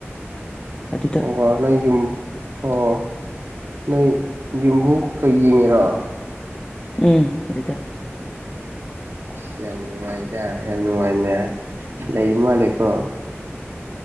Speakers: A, on the left; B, on the right.
A: ꯑꯗꯨ
B: ꯑꯣ ꯅꯣꯏ ꯌꯨꯝ ꯑꯣ ꯅꯣꯏ ꯌꯨꯝꯕꯨ ꯀꯩ ꯌꯦꯡꯉꯤꯔꯣ
A: ꯎꯝ ꯑꯥꯗꯨꯗ
B: ꯑꯁ ꯌꯥꯝ ꯅꯨꯡꯉꯥꯏꯗ ꯌꯥꯝ ꯅꯨꯡꯉꯥꯏꯅ ꯂꯩꯕ ꯃꯥꯜꯂꯤꯀꯣ